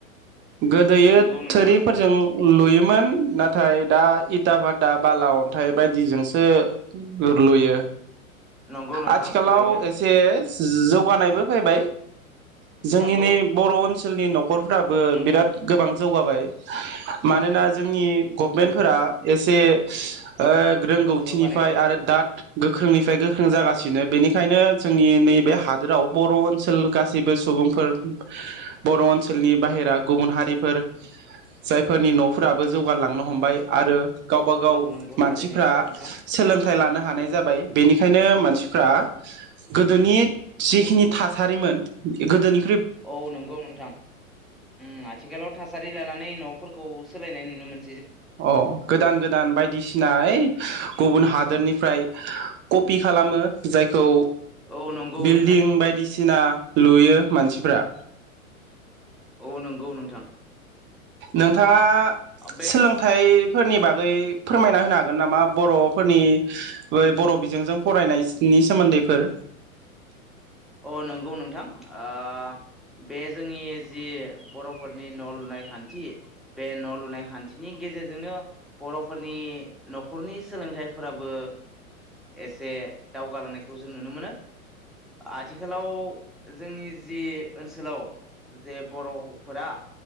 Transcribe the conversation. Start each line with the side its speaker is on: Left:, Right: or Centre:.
Right: गोदोयो
Centre: नंगौ नोंथां
Right: थोरिफोरजों लुयोमोन। नाथाय दा इथा भाता बाला अनथाइ बायदिजोंसो लुयो।
Centre: नंगौ। नोंथां
Right: आथिखालाव
Centre: थारैनो
Right: एसे जौगानायबो फैबाय जोंनि
Centre: नंगौ
Right: नै बर' ओन सोलनि न' खरफ्राबो
Centre: नोंथां
Right: बिराद गोबां जौगाबाय मानोना जोंनि गभमेन्टफोरा एसे ओह रोंगौथिनिफ्राय
Centre: जौगानायखौ
Right: आरो दा। गोख्रोंनिफ्राय गोख्रों जागा सिनो बेनिखायनो जोंनि नैबे हादोराव बर' ओनसोल गासैबो सुबुंफोर बर' ओनसोलनि बाहेरा गुबुन हारिफोर जायफोरनि न'फोराबो जौगालांनो हमबाय आरो। गावबा गाव
Centre: औ नंगौ
Right: मानसिफ्रा
Centre: थारैनो नोंथां
Right: सोलोंथाइ लानो हानाय जाबाय बेनि बेखायनो मानसि फ्रा गोदोनि जिखिनि थासारिमोन गोदोनि
Centre: औ नंगौ नोंथां उ आथिखालाव थासारि लानानै न' फोरखौ सोलायनाय नुनो मोन
Right: अ गोदान गोदान बायदिसिना ओइ गुबुन हा दोरनिफ्राय कपि खालामो जायखौ।
Centre: औ नंगौ
Right: बिल्डिं
Centre: नोंथां
Right: बायदिसिना लुयो। मानसिफ्रा
Centre: औ नंगौ नोंथां
Right: नोंथांङा
Centre: बे
Right: सोलोंथाइ फोरनि बागै फोरमायना होनो हागोन नामा बर'फोरनि ब बर' बिजोंजों फरायनायनायनि सोमोनदैफोर
Centre: अ नोंगौ नोंथां ओ बे जोंनि जि बर'फोरनि न' लुनाय खान्थि बे न' लुनाय खान्थिनि गेजेरजोंनो बर'फोरनि न'खरनि सोलोंथाइफोराबो एसे दावगालांनायखौ जों नुनो मोनो। आथिखालाव जोंनि जि ओनसोलाव जे बर'फोरा